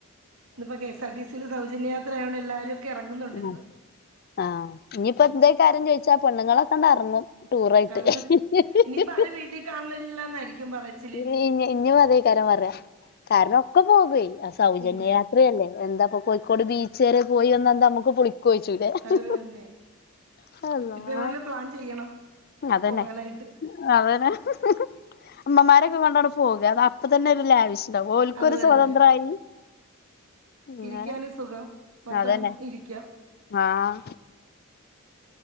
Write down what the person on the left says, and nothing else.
ആഹ്
ആഹ് ഇനിപ്പോ ഇതേക്കാര്യം ചോയിച്ചാ പെണ്ണുങ്ങളൊക്കെണ്ട് ഇറങ്ങും. ടൂറായിട്ട്
ഹ്ഹ് ഹ്
ഹ്
<unintelligible> <unintelligible> കാരണം ഒക്കെ പോകുവേ സൗജന്യയാത്രയല്ലേ
എന്താപ്പം കോഴിക്കോട് ബീച്ച് വരെ പോയി ഒന്ന് ന്താ നമ്മക് പുളി കോഴചൂലേ
ഹ
ഹ അല്ലാഹ്.
അതന്നെ
അതന്നെ. ഹ ഹ ഹ അമ്മമാരൊക്കെ കൊണ്ടാണ് പോകുക അത് അപ്പ തന്നെ ഒരു ലാവിശ്. ണ്ടാ ഓൾക്കൊരു
സ്വതന്ത്രായി. അങ്ങനെ
അതന്നെ
ആഹ്.